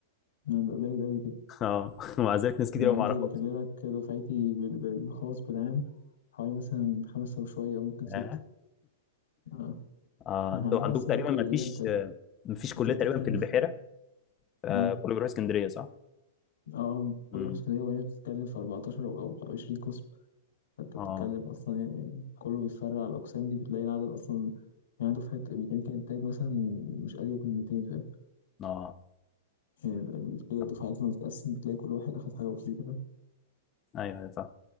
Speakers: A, on the left; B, on the left.
A: انا بقى قليل قوي كده
B: <laughs> اه ومع ذلك ناس كتير
A: ده انا
B: قوي
A: عندي
B: ما اعرفهاش
A: بكلمك دفعتي بال- بالخاص بالعام حوالي مثلا خمسة وشوية ممكن
B: اه
A: ستة اه
B: <laughs> آه،
A: ما
B: انتوا
A: احنا عندنا
B: عندكم
A: اصلا
B: تقريبا
A: الكلية
B: ما فيش
A: انت
B: ما فيش كليه
A: انت بتتكلم
B: تقريبا في البحيره
A: في
B: آه،
A: اه
B: كله بيروح اسكندريه صح؟
A: آه، كل
B: امم
A: واحد كان هي بتتكلم في 14 او أو 20 قسم فأنت بتتكلم
B: اه
A: أصلا يعني كله بيتفرع على الأقسام دي بتلاقي العدد أصلا يعني دفعة ميكانيكا إنتاج مثلا مش أزيد من 200 فاهم
B: اه
A: يعني ال- كده
B: آه.
A: الدفعات لما بتتقسم بتلاقي كل واحد أخد حاجة بسيطة
B: ايوه ايوه